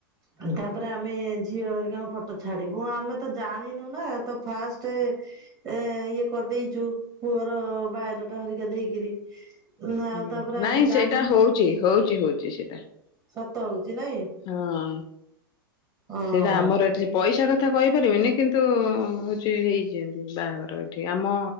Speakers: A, on the right; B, on the left.
A: ଆଉ ତାପରେ ଆମେ ଝିଅ ହରିକାଙ୍କ ଫଟୋ ଛାଡିବୁ ଆମେ ତ ଜାଣିନୁ ନା ତ ଫାଷ୍ଟ ଏ ଇଏ କରିଦେଇଚୁ ପୁଅର ବାୟୋଡାଟା ହରିକା ଦେଇକିରି ନା
B: ହୁଁ
A: ଆଉ ତାପରେ
B: ନାଇଁ
A: ଆମେ ଜାଣିନୁ
B: ସେଇଟା ହଉଚି ହଉ ଚି ହଉଚି ସେ।
A: ସତ ହଉଛି ନାଇଁ
B: ହଁ
A: ଓହୋ।
B: ସେଇଟା ଆମର ଏଠି ପଇସା କଥ୍ କଥା କହିପାରିବେନି କିନ୍ତୁ ହଉଚି ହେଇଚନ୍ତି ବାହାଘର ଏଇଠି ଆମ